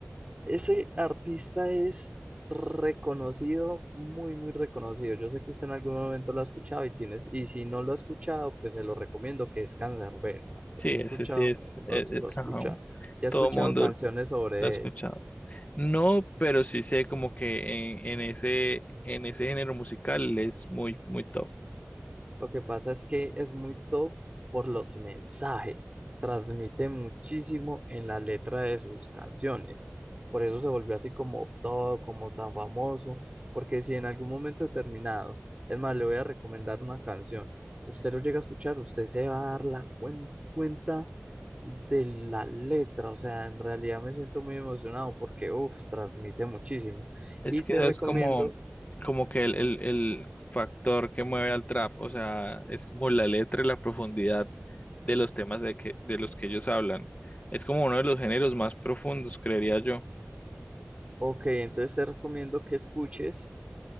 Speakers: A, on the right; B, on the left.
A: ese artista es reconocido, muy, muy reconocido. Yo sé que usted en algún momento lo ha escuchado y tienes, y si no lo ha escuchado, pues se lo recomiendo que es Canserbero. Has
B: Sí, ese
A: escuchado,
B: sí es,
A: los,
B: eh, eh,
A: lo escucha.
B: ajá.
A: Y ha escuchado
B: Todo mundo
A: canciones sobre
B: lo ha escuchado.
A: él.
B: No, pero sí sé como que en, en ese, en ese género musical es muy, muy top.
A: Lo que pasa es que es muy top por los mensajes. Transmite muchísimo en la letra de sus canciones. Por eso se volvió así como top, como tan famoso. Porque si en algún momento determinado, es más, le voy a recomendar una canción, usted lo llega a escuchar, usted se va a dar la cuen- cuenta de la letra. O sea, en realidad me siento muy emocionado porque, uff, transmite muchísimo.
B: Es
A: Y
B: que
A: te recomiendo,
B: es como, como que el, el, el factor que mueve al trap, o sea, es como la letra y la profundidad de los temas de que, de los que ellos hablan. Es como uno de los géneros más profundos, creería yo.
A: ok, entonces te recomiendo que escuches.